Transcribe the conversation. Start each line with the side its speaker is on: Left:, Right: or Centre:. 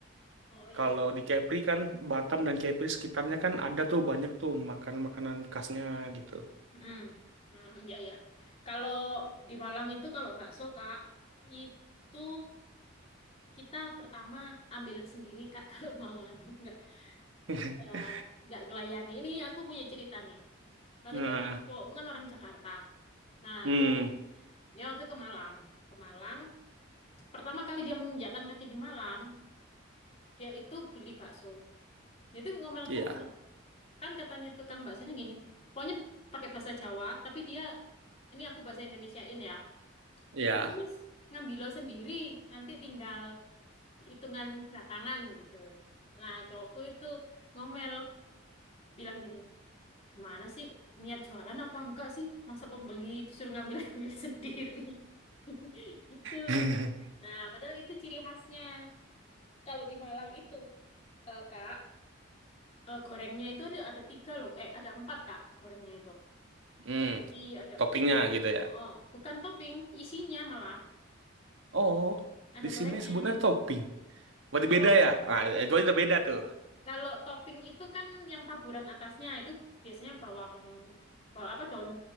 Left: oh ya
Right: Kalau
Left: ya
Right: di Kepri kan Batam dan Kepri sekitarnya kan ada tuh banyak tuh makan-makanan khasnya gitu.
Left: Mm. Mm, iya ya kalau di Malang itu kalau bakso kak itu kita pertama ambil sendiri Kak <laughs> kalau mau anu nggak
Right: <laughs>
Left: nggak nggak gelayani. Ini aku punya cerita nih. Waktu
Right: Nah,
Left: itu cowokku kan orang Jakarta. Nah
Right: hmm,
Left: dia dia waktu ke Malang, ke Malang. Pertama kali dia menginjakkan kaki di Malang, dia itu beli bakso. Dia itu ngomel-ngomel
Right: iya,
Left: kan katanya tukang baksonya gini. Pokoknya pakai bahasa Jawa, tapi dia ini aku bahasa Indonesiain ya.
Right: iya.
Left: Amis ngambil lo sendiri, nanti tinggal hitungan belakangan gitu. Nah, cowokku itu ngomel bilang gini, gimana sih niat jualan apa enggak sih? Masa pembeli disuruh ngambil-ngambil <laughs> sendiri? <laughs> Gitu.
Right: <laughs>
Left: Nah, padahal itu ciri khasnya. Kalau di Malang itu, eh, Kak, eh, gorengnya itu ada, ada tiga loh. Eh, ada empat, Kak, gorengnya itu.
Right: Hmm,
Left: I, ada,
Right: toppingnya gitu ya.
Left: oh, bukan topping, isinya malah.
Right: Oh,
Left: Ada
Right: di
Left: gorengnya.
Right: sini sebutnya topping. Berarti
Left: Kalau
Right: beda ya? Nah, itu aja udah beda tuh.
Left: kalau topping itu kan yang taburan atasnya itu biasanya bawang, ba- apa daun